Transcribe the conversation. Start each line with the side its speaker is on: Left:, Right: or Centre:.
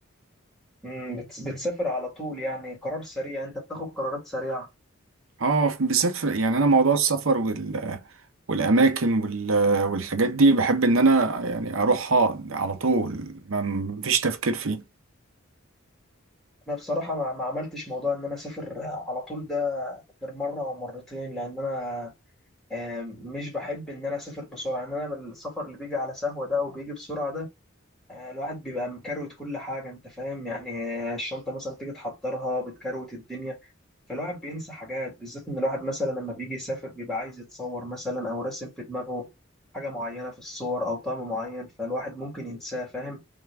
Centre: مم، بتس- بتسافر على طول يعني قرار سريع انت بتاخد قرارات سريعه
Right: اه في- بالذات في يعني انا موضوع السفر وال والاماكن وال والحاجات دي بحب ان انا يعني اروحها على طول ما مفيش تفكير فيه
Centre: انا بصراحه ما ما عملتش موضوع ان انا اسافر على طول ده غير مره او مرتين لان انا آه، مش بحب ان انا اسافر بسرعه ان انا السفر اللي بيجي على سهوه ده وبيجي بسرعه ده آه، الواحد بيبقى مكروت كل حاجه انت فاهم يعني آه، الشنطه مثلا تيجي تحضرها بتكروت الدنيا فالواحد بينسى حاجات بالذات ان الواحد مثلا لما بيجي يسافر بيبقى عايز يتصور مثلا او راسم في دماغه حاجه معينه في الصور او طعم معين فالواحد ممكن ينساه فاهم